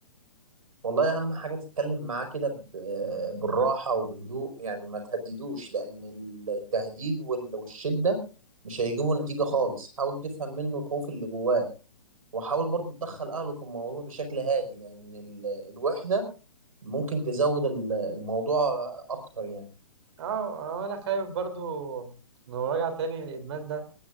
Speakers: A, on the right (about 70°); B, on the right (about 50°).
A: والله اهم حاجه تتكلم معاه كده ب- بالراحه وبهدوء يعني ما تهددوش لان التهديد وال- والشده مش هيجيبوا نتيجه خالص حاول تفهم منه الخوف اللي جواه وحاول برضو تدخل اهله في الموضوع بشكل هادي لان ال- الوحده ممكن تزود ال- الموضوع اكتر يعني
B: أه آه، أنا خايف برضو لو رجع تاني للإدمان ده